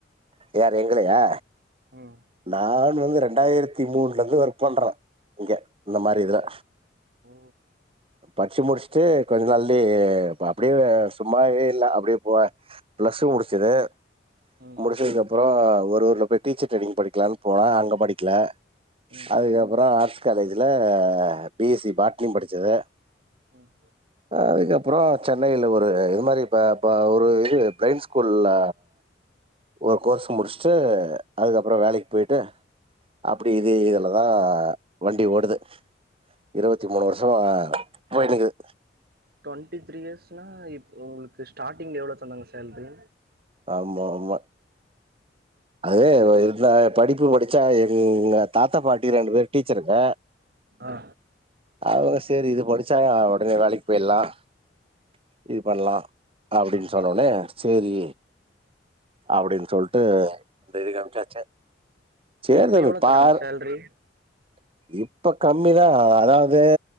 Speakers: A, on the right; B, on the right.
A: யரு எங்கலையா
B: ம்
A: நான் வந்து ரெண்டாயிரத்தி மூணுல இருந்து ஒர்க் பண்றோம் இங்க இந்த மாரி இதுல
B: ஓ
A: படிச்சு முடிச்சுட்டு கொஞ்ச நாள்லே அப்படியே சும்மாவே இல் அப்படியே போ பிளஸ் டு முடுச்சது
B: ம்
A: முடிச்சதுக்குப்புறம் ஒரு ஊர்ல போய் டீச்சர் ட்ரரைனிங் படிக்கலான்னு போனா அங்க படிக்கல
B: ம்
A: அதுக்கப்புறம் ஆர்ட்ஸ் காலேஜ்ல பிஎஸ்சி பாட்னி படிச்சது
B: ம்
A: அதுக்கப்புறம் சென்னையில ஒரு இது மாரி இப்ப ஒரு இது ப்ரைண்ட ஸ்கூல்ல ஒரு கோர்ஸ் முடிச்சுட்டு அதுக்கப்புறம் வேலைக்கு போயிட்டு அப்படி இது இதுலதான் வண்டி ஓடுது இருபத்தி மூணு வருஷம் ஆஹ் போயிட் இருக்குது
B: ட்வெண்ட்டி த்ரீ இயர்ஸ்னா இ உங்களுக்கு ஸ்டார்ட்டிங்ல எவ்வளோ தந்தாங்க சேலரி
A: ஆமா ஆமா அதே இருந்தா படிப்பு முடிச்சா எங்க தாத்தா பாட்டி ரெண்டு பேரு டீச்சருங்க
B: ஆ
A: அவங்க சரி இது படிச்சா உடனே வேலைக்கு போயிடலாம் இது பண்ணலாம் அப்படின்னு
B: ஆமா
A: சொன்னோனே சரி அப்படின்னு சொல்லிட்டு இந்த இது காமிச்சாச்சே சரி
B: இப்போ
A: தம்பி
B: எவ்வளோ
A: பார்
B: தராங்க சேல்ரி
A: இப்ப கம்மிதான் அதாவது